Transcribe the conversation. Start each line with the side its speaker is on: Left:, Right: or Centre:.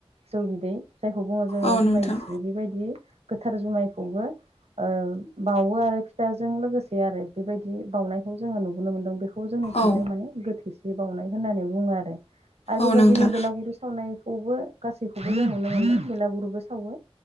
Right: जौ बिदै जायखौ बुङो जोङो
Left: औ
Right: जुमाय
Left: नोंथां
Right: गिसि बेबायदि गोथार जुमायखौबो ओ बावो आरो फिथाजों लोगोसे आरो बेबायदि बावनायखौ जोङो नुबोनो मोनदों। बेखौ खौ जोंनिथिंजाय
Left: औ
Right: माने गोथै सि बावउनाय होननानै बुङो आरो। आरो
Left: औ
Right: बेबायदिनो
Left: नोंथां
Right: बेलागुरि सावनाय -अबो गासैखौबो सावनो हो मेलागुरुबो सावो